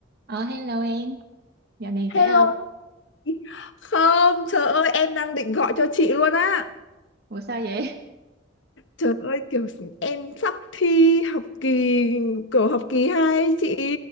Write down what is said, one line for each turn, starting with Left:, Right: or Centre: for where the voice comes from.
Right: Ờ hello em, dạo này
Left: Hello
Right: khỏe không?
Left: chị. Không, trời ơi em đang định gọi cho chị luôn á.
Right: Ủa sao vậy?
Left: Trời ơi kiểu em sắp thi học kỳ kiểu học kỳ 2 ấy chị.